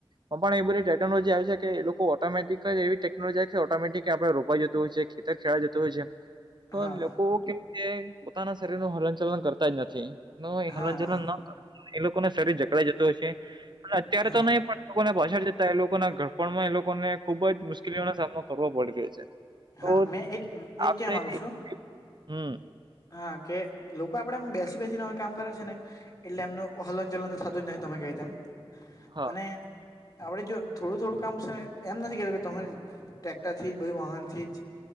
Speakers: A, on the right; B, on the left.
A: પણ એ બધી ટેકનોલોજી આવે છે કે એ લોકો ઓટોમેટિક જ એ ટેકનોલોજી છે ઓટોમેટિક આપડે રોપાઈ જતું હોય છે. ખેતર ખેડાઈ જતું હોય છે તો
B: હા
A: લોકો કેમ કે પોતાના શરીર નું હલન ચલન કરતા જ નથી. ન
B: હા
A: હલન ચલન કર એ લોકોને શરીર જકડાઈ જતું હશે અત્યારે
B: હા
A: તો નહી પણ લોકોને પાછળ જતા એ લોકોના ઘડપણ માં એ લોકોને ખુબ જ મુશ્કેલીઓનો સામનો કરવો પડી રહ્યો છે તો
B: હા મેં એજ એજ
A: આપડે
B: ક્યાં માંગુ છું
A: <inaudible> હમ
B: હા કે લોકો આપડેમ બેસી બેસીને હવે કામ કરે છે ને એટલે એમનું હલન ચલન તો થતું જ નથી તમે કેય તેમ
A: હા
B: અને આપડે જો થોડું થોડું કામ સેને એમ નથી કેતા કે તમે ટ્રેક્ટરથી જ બધું વાહનથી જ